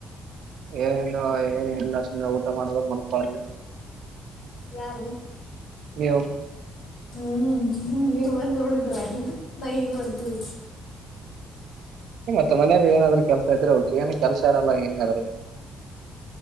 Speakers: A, on the right; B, on the left.
A: ಏನು ಏನ ಎಲ್ಲ ಸುಮ್ಮ್ನೆ ಊಟ ಮಾಡ್ದೋ ಮಲ್ಕೊಳೊದು
B: ಯಾರು
A: ನೀವು
B: ಹ್ಮ್ ನೀವ್ ಬಂದ್ ನೋಡಿದ್ರ ನಾ ಏನ್ ಮಾಡ್ಡ್ತನಿ
A: ಹು ಮತ್ತ ಮನಾಗ ಏನಾದ್ರು ಕೆಲಸ ಇದ್ರೆ ಓಕೆ ಏನ್ ಕೆಸ ಇರಲ್ಲ ಏನಿರಲ್ಲಾ